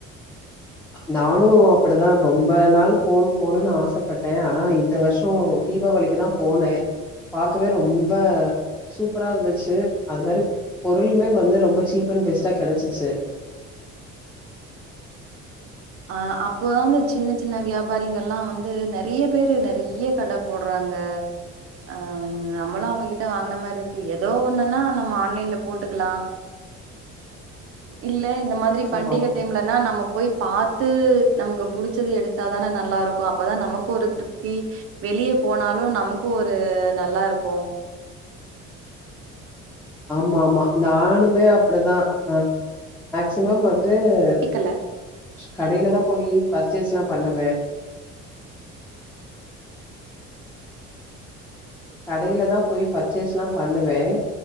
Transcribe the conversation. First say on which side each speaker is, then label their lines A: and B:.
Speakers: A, in the centre; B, on the right.
A: நானும் அப்டிதான் ரொம்ப நாள் போணும் போணும்ன்னனு ஆசைப்பட்டேன் ஆனா இந்த வருஷம் தீபாவளிக்குதான் போனே பார்க்கவே ரொம்ப சூப்பரா இருந்துச்சு அது மாரி பொருளுமே வந்து ரொம்ப சீப் அண்ட் பெஸ்டா கிடைச்சுச்சு
B: அ அப்போதான் வந்து சின்ன சின்ன வியாபாரிங்கள்ல்லாம் வந்து நெறைய பேரு நெறைய கடை போடுறாங்க அ நம்மளும் அவங்ககிட்ட வாங்கின மாரி இருக்கு ஏதோ ஒண்ணுன்னா நம்ம ஆன்லைன்ல போட்டுக்கலாம் இல்ல இந்த மாதிரி பண்டிகை
A: ஆமா ஆமா
B: டைம்லன நம்ம போய் பார்த்து த்து நமக்கு புடிச்சதை எடுத்தாதானே நல்லா இருக்கும் அப்பதான் நமக்கும் ஒரு திருப்தி வெளியே போனாலும் நமக்கும் ஒரு நல்லா இருக்கு
A: ஆமா ஆமா நானுமே அப்டிதான் அ மேக்சிமம் வந்து வந்து
B: கேக்கல
A: கடையில தான் போயி பர்ச்சேஸ்லாம் பண்ணுவேன் கடையில தான் போய் பர்ச்சேஸ்லாம் பண்ணுவேன்